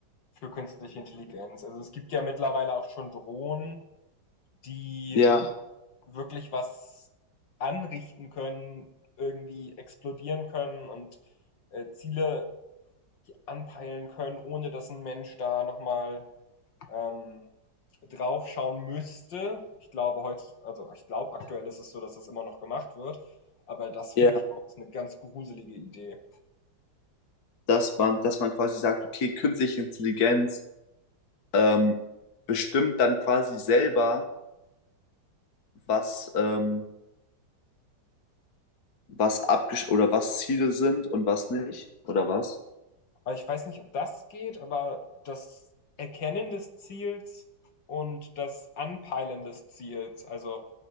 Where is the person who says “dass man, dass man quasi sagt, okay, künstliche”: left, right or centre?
Left